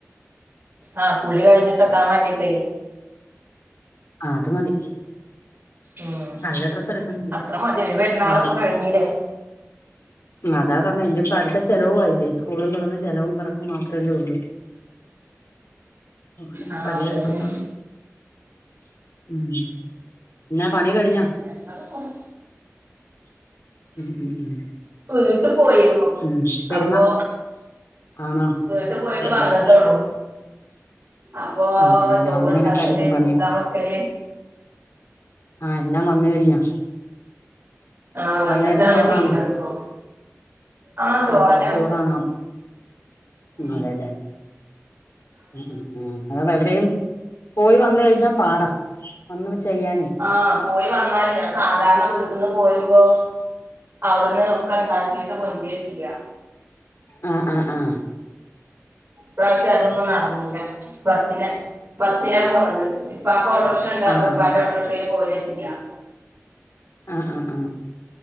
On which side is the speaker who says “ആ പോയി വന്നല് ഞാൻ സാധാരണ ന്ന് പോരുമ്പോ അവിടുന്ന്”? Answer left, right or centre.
Right